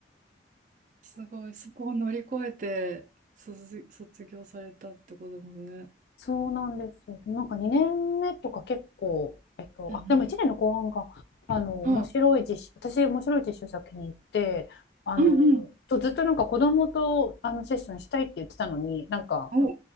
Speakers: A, on the right; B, on the left.
A: すごい、そこを乗り越えて卒、卒業されたってこともね。
B: そうなんですよ。なんか2年目とか結構、えっと、
A: うん
B: あ、でも1年の後半が、あの、
A: うん。
B: 面白い実習、
A: はい。
B: 私、面白い実習先に行って、あの、
A: うんうん。
B: とずっとなんか子供とあのセッションしたいって言ってたのに、なんか、
A: お。